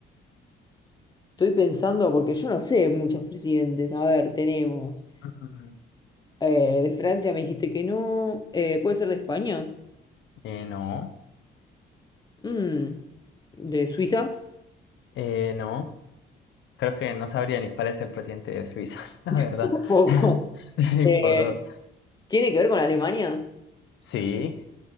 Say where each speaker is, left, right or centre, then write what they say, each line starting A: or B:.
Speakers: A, on the left; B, on the left.
A: Estoy pensando, porque yo no sé muchos presidentes. A ver, tenemos...
B: <laughs> Mm,
A: eh, de Francia me dijiste que no. eh, ¿puede ser de España?
B: eh, no,
A: Mm, ¿de Suiza?
B: eh, no. Creo que no sabría ni cuál es el presidente de Suiza, <laughs> la
A: <laughs>
B: verdad.
A: Un poco.
B: <laughs> Sí,
A: Eh,
B: por dos.
A: ¿tiene que ver con Alemania?
B: Sí,